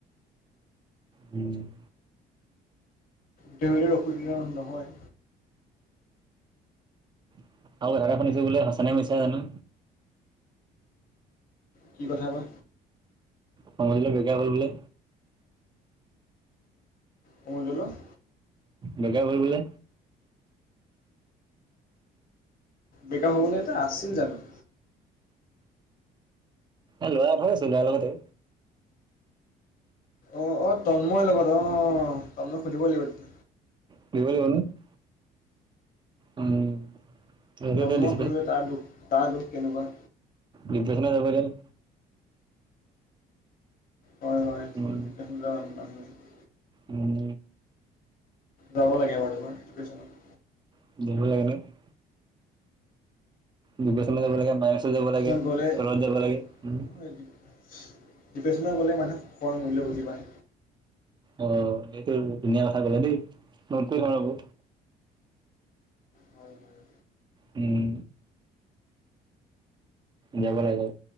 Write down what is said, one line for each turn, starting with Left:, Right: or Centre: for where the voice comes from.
Right: উম
Left: <unintelligible> অসুবিধা নহয়।
Right: আৰু কথা এটা শুনিছোঁ বোলে সঁচা নে মিছা জানো!
Left: কি কথা বা?
Right: সমজুলৰ <unintelligible> হ'ল বোলে?
Left: সমজুলৰ?
Right: বেকাব হ'ল বোলে?
Left: বেকাব হ'বলৈ তাৰ আছিল জানো?
Right: এ ল'ৰা <unintelligible> আছিল, তাৰ লগতে
Left: অ', অ', তন্ময় লগত অ', তন্ময়ক সুধিব লাগিব তেতি
Right: <inaudible> উম। সেইটো
Left: তন্ময়ক
Right: এতিয়া ডিপ্ৰে
Left: সুধিবলৈ তাৰ দুখ তাৰ দুখ কেনেকুৱা?
Right: ডিপ্ৰেশছন <unintelligible>
Left: হয়
Right: উম,
Left: <inaudible>
Right: উম।
Left: যাব লাগে এবাৰ দুবাৰ <unintelligible>
Right: <inaudible> ডিপ্ৰেছন যাব লাগে যাব
Left: কিছুমান
Right: লাগে
Left: ক'লে ডিপ্ৰেশ্যনত
Right: তলত যাব লাগে উম,
Left: গ'লে মানু্হে সুখৰ মূল্য বুজি পায়।
Right: অ', এইটো ধুনীয়া কথা ক'লা দেই, <unintelligible> আকৌ।
Left: হয়, হয়।
Right: উম। যাব লাগে,